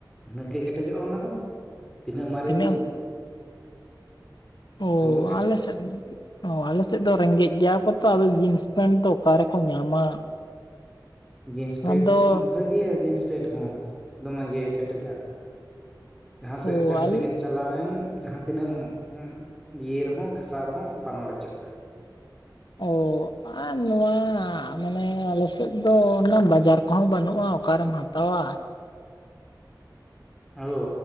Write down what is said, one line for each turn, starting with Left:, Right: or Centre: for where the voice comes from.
Centre: ᱩᱱᱟᱹᱜ ᱜᱮ ᱠᱮᱴᱮᱡᱚᱜᱼᱟ ᱚᱱᱟ ᱫᱚ ᱛᱤᱱᱟᱹᱜ ᱢᱟᱨᱮ ᱾
Left: <unintelligible> ᱳᱻ
Centre: ᱦᱳᱭ ᱵᱟᱠᱷᱟᱡ
Left: ᱟᱞᱮ ᱥᱮᱫ ᱚ ᱟᱞᱮ ᱥᱮᱫ ᱫᱚ ᱨᱮᱸᱜᱮᱡ ᱜᱮᱭᱟ ᱠᱚ ᱛᱚ ᱟᱫᱚ ᱡᱤᱱᱥ ᱯᱮᱱᱴ ᱫᱚ ᱚᱠᱟ ᱨᱮᱠᱚ ᱧᱟᱢᱟ᱾
Centre: ᱡᱤᱱᱥ ᱯᱮᱱᱴ
Left: ᱟᱫᱚ
Centre: ᱵᱷᱟᱹᱜᱤᱭᱟ ᱡᱤᱱᱥ ᱯᱮᱱᱴ ᱦᱚᱸ ᱫᱚᱢᱮᱜᱮ ᱠᱮᱴᱮᱡᱼᱟ᱾ ᱡᱟᱦᱟᱸ ᱥᱮᱜ
Left: ᱚ
Centre: ᱡᱟᱦᱟᱸ
Left: ᱟᱞᱮ
Centre: ᱥᱮᱫ ᱜᱮᱢ ᱪᱟᱞᱟᱣᱮᱱ ᱡᱟᱦᱟᱸ ᱛᱤᱱᱟᱹᱜ ᱮᱢ ᱤᱭᱟᱭ ᱨᱮᱦᱚᱸ ᱜᱷᱟᱥᱟᱣ ᱨᱮᱦᱚᱸ ᱵᱟᱝ ᱚᱲᱮᱡᱚᱜᱼᱟ᱾
Left: ᱚ ᱟᱨ ᱱᱚᱣᱟ ᱟᱜ ᱢᱟᱱᱮ ᱟᱞᱮᱥᱮᱫ ᱫᱚ ᱚᱱᱟ ᱵᱟᱡᱟᱨ ᱠᱚᱦᱚᱸ ᱵᱟᱹᱱᱩᱜᱼᱟ ᱚᱠᱟᱨᱮᱢ ᱦᱟᱛᱟᱣᱟ ᱾
Centre: ᱟᱣᱳ